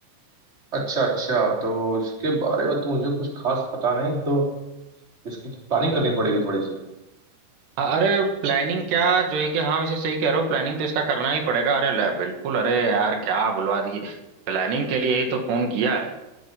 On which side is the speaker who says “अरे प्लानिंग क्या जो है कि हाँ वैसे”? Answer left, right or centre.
Right